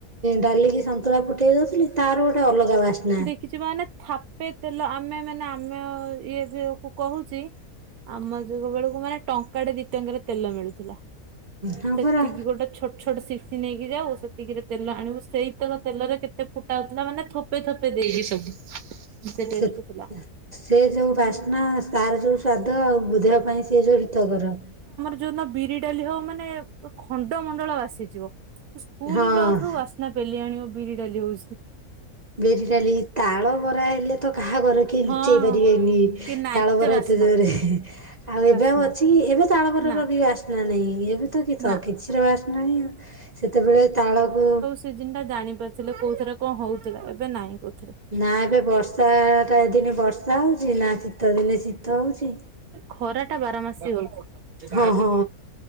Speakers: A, on the right; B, on the right.
A: ଡାଲିକି ସନ୍ତୁ ସନ୍ତୁଳା ଫୁଟେଇ ଦୋଉଥିଲି ତାର ଗୋଟେ ଅଲଗା ବାସ୍ନା।
B: କିଛି ମାନେ ଥାପେ ତେଲ ଆମେ ମାନେ ଆମେ ଇଏ ଫିଏ କୁ କୋହୁଚି। ଆମ ଯୁଗ ବେଳକୁ ମାନେ ଟଙ୍କାଟେ ଦିଇ ଟଙ୍କିାରେ ତେଲ ମିଳୁଥିଲା।
A: ହଁ
B: ସେତିକି
A: ପରା
B: ଗୋଟେ ଛୋଟ ଛୋଟ ସିସିି ନେଇକି ଯାଉ ସେତିକିରେ ତେଲ ଆଣିବୁ ସେଇତ କଥା। ତେଲରେ କେତେ ଫୁଟା ହୋଉଥିଲା ମାନେ ଥୋପେ ଥୋପେ ଦେଇକି ସବୁ। ଏତେ ଟେଷ୍ଟି
A: ସେ
B: ଥିଲା।
A: ସେ ଯେଉ ବାସ୍ନା ତାର ଯେଉ ସାଧଦ ଆଉ ବୃଧେ ପାଇଁ ସିଏ ଯୋଉ ବିତାପର।
B: ଯୋଉ ଦିନ ବିରି ଡାଲି ହବ ମାନେ ଖଣ୍ଡ ମଣ୍ଡଳ ବାସିଯିବ ସ୍କୁଲୁରୁଆଉଥିବୁ
A: ହଁ।
B: ବସିଥିବ। ନା ପେଲି ଆଣି ଆଉ ବିରି ଡାଲି ହୋଉଚି।
A: ବିରିଡାଲି ତାଳ ବରା ହେଲେ ତ କାହା ଘରେ କିଏ ଲୁଚେଇ
B: ହଁ
A: ପାରିବେନି।
B: କି ନା
A: ତାଳବରା
B: ବାସ୍ନା
A: ଏତେ ଜୋରେ ଆଉ
B: ବାସ୍ନା
A: ଏବେ ଆଉ ଅଛି କି ଏବେ ତାଳବରାରେ
B: ନା
A: ବି ବାସ୍ନା ନାହିଁ ଏବେ ତ କି ତ
B: ନା।
A: କିଛିର ବାସ୍ନା ନାହିଁ ଆଉ। ସେତେବେଳେ ତାଳକୁ
B: ସିଜିନ ଟା ଜାଣି ପାରଥିଲେ କୋଉଥିଥରେ କଣ ହୋଉଥିଲା ଏବେ ନାଇଁ କୋହୁ
A: ନା ଏବେ ବର୍ଷାଟା ଏ ଦିନେ ବର୍ଷା ହୋଉଚି ନା ଶୀତ ଦିନେ ଶୀତ ହୋଉଚି।
B: ଖରା ଟା ବାର ମାସି ହୋଉଚି।
A: ହଁ ହଁ